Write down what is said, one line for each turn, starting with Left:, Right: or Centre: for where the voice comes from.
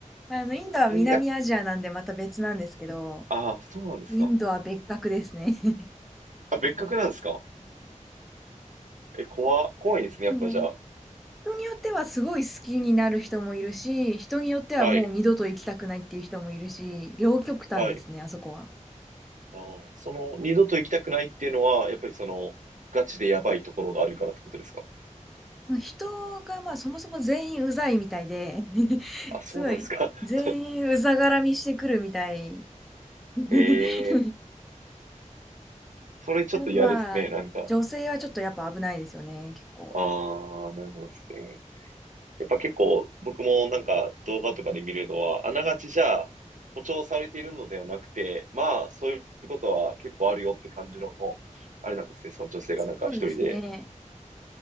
Centre: あの、インドは南アジアなんでまた別なんですけど、
Right: えーやっぱ、あー、そうなんですか。
Centre: インドは別格ですね。<laughs>
Right: あ、別格なんですか。え、怖、怖いんですね、やっぱじゃあ。
Centre: でも、人によってはすごい好きになる人もいるし、人によってはもう二度と行きたくないっていう人もいるし、
Right: はい、
Centre: 両極端ですね、
Right: はい。
Centre: あそこは。
Right: ああ、その、二度と行きたくないっていうのは、やっぱりその、ガチでやばいところがあるからってことですか
Centre: 人がまあそもそも全員うざいみたいで、<laughs>
Right: あ、そうなんですか。
Centre: すごい、
Right: <laughs>
Centre: 全員うざがらみしてくるみたい。<laughs>
Right: ええそれちょっと嫌ですね、
Centre: あとまあ、
Right: なんか。
Centre: 女性はちょっとやっぱ危ないですよね、結構。
Right: ああ、なるほどですね。やっぱ結構、僕もなんか動画とかで見るのは、あながちじゃあ、誇張されているのではなくて、まあ、そういうことは結構あるよって感じの、あれなんですね、その女性がなんか一人で
Centre: そうですね。